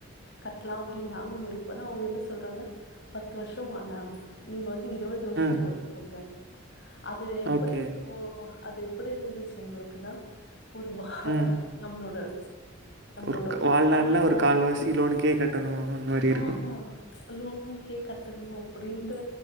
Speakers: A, on the left; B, on the right.
A: கட்டலா அப்டின்னு நாங்க முடிப்பனா அவோங்க என்ன சொல்றாங்க பத்து வருஷா வானா நீங்க வந்து இருவோது வருஷா
B: ம்.
A: போட்டுங்க அது எப்டி
B: ஓகே.
A: இருக்கோ அது எப்டி இருந்துசி எங்களுக்கு நா ஒருவ
B: ம்.
A: நம்மளோட நம்ளோட
B: ஒரு க் வாழ்நாள்ல
A: ஃபுல்
B: ஒரு
A: ஆ
B: கால்வாசி லோனுக்கே கட்டணும் அந்த மாரி இருக்கும்.
A: ஆமா லோன் கே கட்டணு அப்டின்ற